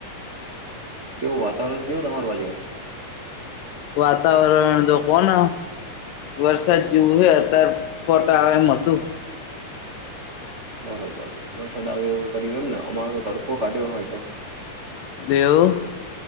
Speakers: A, on the right; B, on the left.
A: કેવુ વાતાવરણ જોયું તમારે બાજુ?
B: વાતાવરણ તો કોણ વરસાદ જેવું હે, અત્યારે છાંટા આવે એમ નથી.
A: બરોબર, વરસાદ આવેયો, એ કરી એમને અમારે તો તડકો કાઢ્યો હતો.
B: <unintelligible>